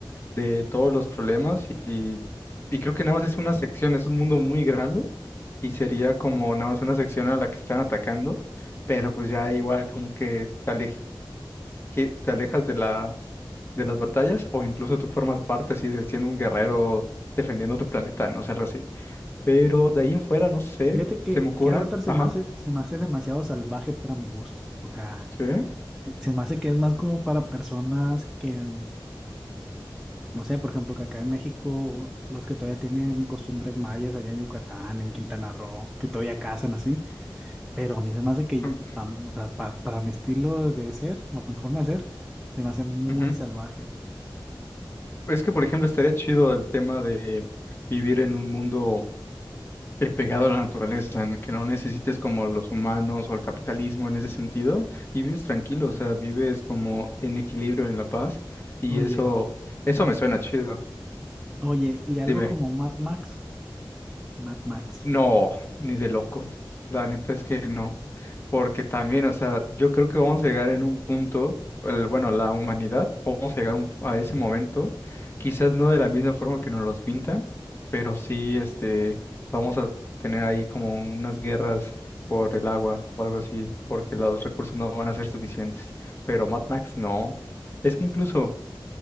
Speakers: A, on the left; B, in the centre.
A: de todos los problemas y, y creo que nada más es una sección, es un mundo muy grande y sería como
B: Mm.
A: nada más una sección a la que están atacando, pero pues ya igual como que te aleje- te alejas de la, de las batallas o incluso tú formas parte así de siendo un guerrero defendiendo tu planeta, no sé, algo así. Pero de ahí en fuera, no sé,
B: Fíjate que,
A: se me ocurre,
B: que Avatar se
A: ajá,
B: me hace, se me hace demasiado salvaje para mi gusto. O sea,
A: sí.
B: se, se me hace que es más como para personas que, mm, no sé, por ejemplo, que acá en México, los que todavía tienen costumbres mayas allá en Yucatán, en Quintana Roo, que todavía cazan así. Pero a mí se me hace que,
A: Mm,
B: pam, o sea, pa- para mi estilo de ser, para mi forma de ser, se me hace muy
A: ujú.
B: salvaje.
A: Es que, por ejemplo, estaría chido el tema de vivir en un mundo eh, pegado a la naturaleza, en el que no necesites como los humanos o el capitalismo en ese sentido, y vives tranquilo, o sea, vives como en equilibrio, en la paz, y
B: Oye.
A: eso, eso me suena chido.
B: Oye, y algo
A: Dime.
B: como Mad Max, Mad Max,
A: No, ni de locos. La neta es que no. Porque también, o sea, yo creo que vamos a llegar en un punto, el- bueno, la humanidad, vamos a llegar un- a ese momento, quizás no de la misma forma que nos los pintan, pero sí, este, vamos a tener ahí como unas guerras por el agua o algo así, porque los recursos no van a ser suficientes. Pero Mad Max no. Es que incluso...